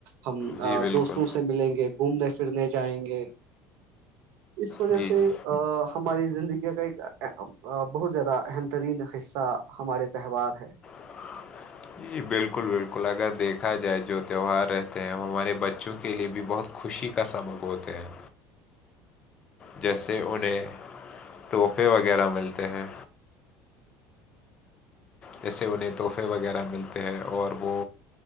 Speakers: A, on the right (about 65°); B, on the left (about 25°).
A: ہم
B: جی بالکل
A: دوستوں سے ملیں گے گھومنے پھرنے جائیں گے اس وجہ
B: جی
A: سے
B: جی
A: ہماری زندگی کا ایک بہت زیادہ اہم ترین حصہ ہمارے تہوار ہے
B: <inaudible> جی بالکل بالکل اگر دیکھا جائے جو تہوہار رہتے ہیں وہ ہمارے بچوں کے لیے بھی بہت خوشی کا سبق ہوتے ہیں جیسے انہیں تحفے وغیرہ ملتے ہیں جیسے انہیں تحفے وغیرہ ملتے ہیں اور وہ